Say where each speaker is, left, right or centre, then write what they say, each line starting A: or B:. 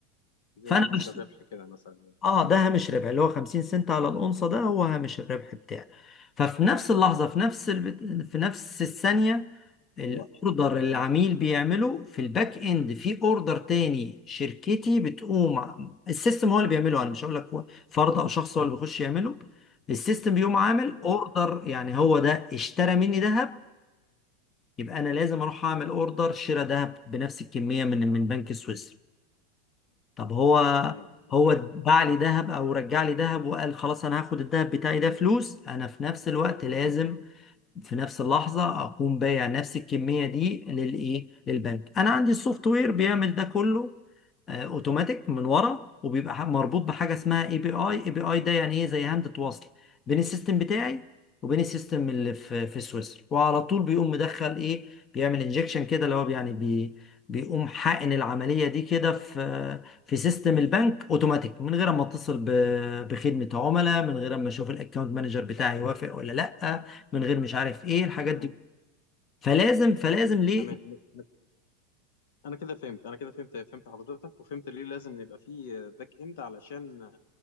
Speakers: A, on the left; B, on the left.
A: زي
B: فانا
A: هامش
B: بش...
A: الربح كده مثلا يعني
B: اه ده هامش ربح اللي هو 50 سنت على الأونصة ده هو هامش الربح بتاعي ففي نفس اللحظة في نفس الب... في نفس الثانية الاوردر
A: الوقت م.
B: اللي العميل بيعمله في الباك اند في اوردر تاني شركتي بتقوم ع- السيستم هو اللي بيعمله انا مش هقول لك هو فرد او شخص هو اللي بيخش يعمله السيستم بيقوم عامل
A: تمام
B: اوردر يعني هو ده اشترى مني ذهب يبقى انا لازم اروح اعمل اوردر شراء ذهب بنفس الكمية من من بنك سويسرا طب هو
A: تمام تمام
B: هو باع لي ذهب او رجع لي ذهب وقال خلاص انا هاخد الذهب بتاعي ده فلوس انا في نفس الوقت لازم في نفس اللحظة أقوم بايع نفس الكمية دي للإيه؟ للبنك. أنا عندي السوفت وير بيعمل ده كله آه، أوتوماتيك من ورا وبيبقى ح- مربوط بحاجة اسمها اي بي اي، اي بي اي ده يعني إيه زي هاندة وصل بين السيستم بتاعي وبين السيستم اللي في في سويسرا وعلى طول بيقوم مدخل إيه؟ بيعمل انجكشن كده اللي هو يعني بي بيقوم حقن العملية دي كده في في سيستم البنك اوتوماتيك من غير ما اتصل ب- بخدمة عملاء من غير ما اشوف الاكونت مانجر بتاعي يوافق ولا لا من غير مش عارف ايه الحاجات
A: تمام
B: دي فلازم فلازم ليه
A: تمام تمام انا كده فهمت انا كده فهمت فهمت حضرتك وفهمت ليه لازم يبقى فيه باك اند علشان